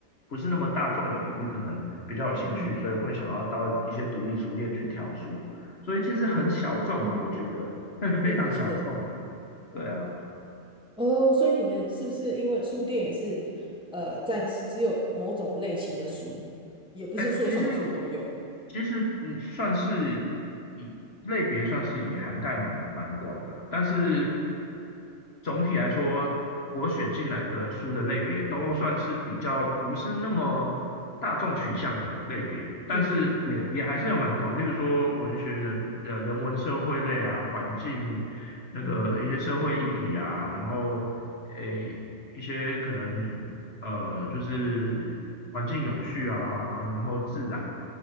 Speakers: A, on the left (about 50°); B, in the centre.
A: 不是那么大众的领域，可能比较有兴趣，
B: 嗯哼
A: 所以会想要到一些独立书店去挑书，所以其实很小众啊，
B: 嗯哼，
A: 我觉得 <laughs>
B: 是是是，
A: 非常小众，对啊。
B: 哦，所以你们是不是因为书店也是呃暂时只有某种类型的书，也不是说什么书都有，
A: 哎，其实其实嗯，算是以类别算是也涵盖蛮蛮广的了但是总体来说，我选进来的书的类别都算是比较不是那么大众取向的类别，但是也也还是有蛮广，
B: 是是，
A: 例如说文学人呃人文社会类啊，环境那个一些社会议题啊，
B: 嗯哼，
A: 然后诶一些可能。呃，就是环境永续啊，然后自然